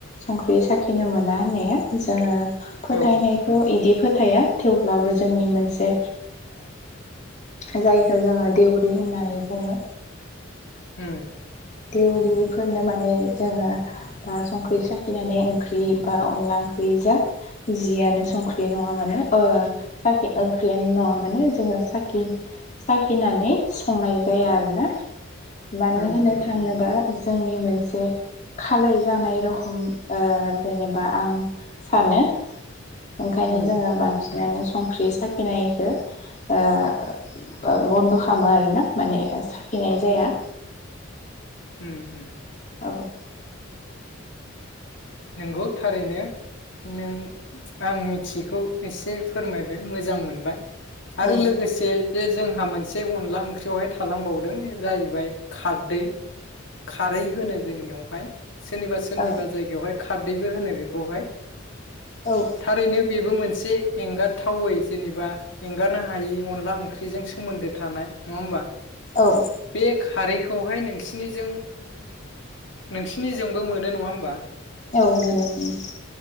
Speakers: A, on the left; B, on the left.
A: संख्रि साखिनो मोना होननाया जोंङो फोथायनायथ'
B: औ
A: इदि फोथाया थेवब्लाबो जोंनि मोनसे ओ जायखौ जोंङो देउरि होननानै बुङो।
B: उम
A: देउरिफोरनो माने जोंङो बा संख्रि साखिनानै ओंख्रि बा अनला ओंख्रि जा जियानो संख्रि नङा ओ साखि ओंख्रियानो नङा मानोे जोंङो साखि साखिनानै संनाय जाया आरोना मानो
B: उम
A: होनो
B: उम
A: बा जोंनि मोनसे खालाय जानाय रखम ओ जेनेबा आं सानो। ओंखायनो
B: उम
A: जोंङो बां नानो संख्रि साखिनायखौ ओ बन्द' खालामो आरोना माने साखिनाय जाया।
B: उम उम
A: आबौ
B: नोंगौ थारैनो नों आं मिथियैखौ एसे फोरमायबाय मोजां मोनबाय।
A: औ
B: आरो लोगोसे जे जोंहा मोनसे अनला ओंख्रियावहाय थालांबावदों इ जाहैबाय खारदै। खारै होनो जोंनियावहाय सोरनिबा सोरनिबा
A: औ
B: जायगायावहाय खारदैबो होनो बेखौहाय।
A: औ
B: थारैनो बेबो मोन से एंगारथावै जेनेबा एंगारनो हायै अनला ओंख्रिजों सोमोन्दो थानाय। नङा होमबा?
A: औ
B: बे खारै खौहाय नोंसिनि जों नोंसिनि जोंबो मोनो। नङा होमबा?
A: औ मोनो मोनो।